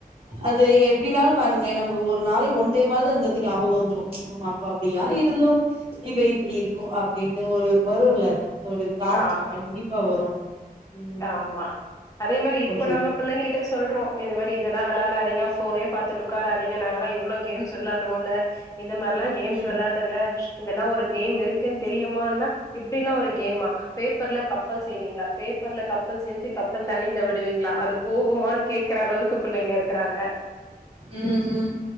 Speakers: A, on the right; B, on the left.
A: அது எப்டினாலு பாருங்க நமக்கு ஒ ரு நாளைக்கி ஒன் டைமாது அந்த இது ஞாபகோ வந்துரு நம்ம அப்ப அப்டி எல்லா இருந்தோ இப்ப இப்பிடி இருக்கோ அப்டின்னு வரு வருல்ல ஒரு தாட்
B: ஆ
A: கண்டிப்பா வரு ம்
B: ஆமா அதே மாரி இப்ப
A: ஓகே
B: நம்ம பிள்ளைங்ககிட்ட சொல்றோ இது மாரி இதல்லா வெளையாடாதீங்க ஃபோனே பாத்துட்டு உக்காராதீங்க நாங்கல்லா எவ்ளோ கேம்ஸ் வெளையாண்டுவோல்ல இந்த மாரிலா
A: ஓகே
B: கேம்
A: ம்
B: வெளயாண்டவங்க இதல்லா ஒரு கேம் இரு க்குன்னு தெரியுமான்னா இப்டி எல்லா ஒரு கேமா பேப்பர்ல கப்பல் செய்வீங்களா பே ப்பர்ல கப்பல் செஞ்சு கப்பல் தண்ணில விடுவீங்களா அது போகுமான்னு கேக்குற அளவுக்கு பிள்ளைங்க இருக்குறாங்க
A: ம் ம்